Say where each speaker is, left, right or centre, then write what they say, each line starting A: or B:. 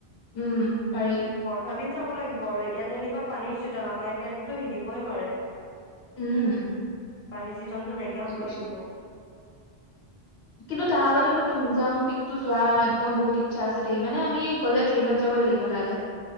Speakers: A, on the left; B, on the left.
A: উম পাৰি
B: বন্ধ দিন চাব লাগিব আৰু এতিয়া যেনিবা পানীৰ ছিজন আমাৰ সেইেততো সিদিবই নোৱাৰে
A: উম,
B: <unintelligible> পানী চিজন জন্তটো নাইকিয়া
A: বুজিছো।
B: হ'ব লাগিব
A: কিন্তু তাৰ আগতে
B: এই
A: মোৰ তুংজাং পিকতো যোৱা একদম বহুত আচ্ছা আছে থাকি মানে আমি গ'লে ট্ৰেইনত যাব লাগিব তালৈ